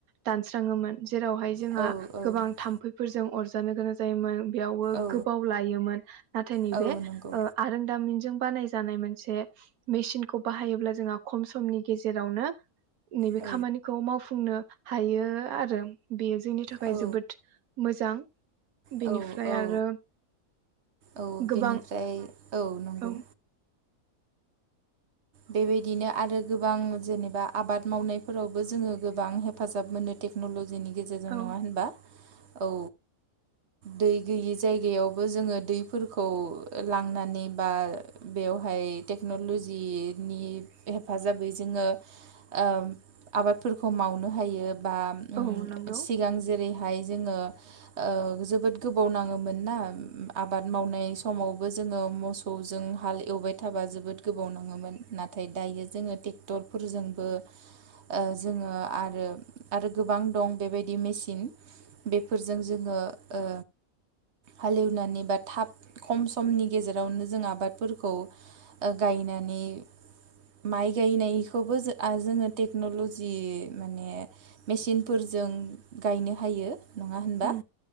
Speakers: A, on the right; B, on the right.
A: दानस्राङोमोन। जेरावहाय जोंहा
B: औ औ
A: गोबां थाम्फैफोरजों अरजानो गोनां जायोमोन। बेयावबो
B: औ
A: गोबाव लायोमोन नाथाय नैबे
B: औ
A: ओ
B: नंगौ
A: दामिनजों बानाय जानाय मोनसे मेसिनखौ बाहायोब्ला जोंहा खम समनि गेजेरावनो नैबे
B: औ
A: खामानिखौ मावफुंनो हायो आरो बे जोंनि थाखाय
B: औ
A: जोबोद मोजां बेनिफ्राय
B: औ औ
A: आरो
B: औ
A: गोबां
B: बेनिफ्राय नंगौ
A: औ
B: बेबायदिनो आरो गोबां जेनेबा आबाद मावनायफोरावबो जोङो गोबां हेफाजाब मोनो टेक्न'लजि जोंनि गेजेरजों
A: औ
B: नङा होनबा औ। दै गैयि जायगायावबो जोङो दैफोरखौ लांनानै बा बेवहाय टेक्न'लजि नि हेफाजाबै जोङो ओ आबादफोरखौ मावनो हायो बा
A: औ
B: उम
A: नंगौ
B: सिगां जेरै बेहाय जोङो ओ जोबोद गोबाव नाङोमोन ना आबाद मावनाय समावबो जोङो मोसौजों हाल एवबाय थाबा जोबोद गोबाव नाङोमोन नाथाय दायो जोङो ट्रेक्टरफोरजोंबो ओ जोङो आरो आरो गोबां दं बेबायदि मेसिन बेफोरजों जोङो ओ हालेवनानै बा थाब खम समनि गेजेरावनो जों आबादफोरखौ ओ गायनानै माइ गायनायखौबो आ जोङो टेक्न'लजि माने मेसिनफोरजों गायनो हायो। नङा होनबा
A: ओम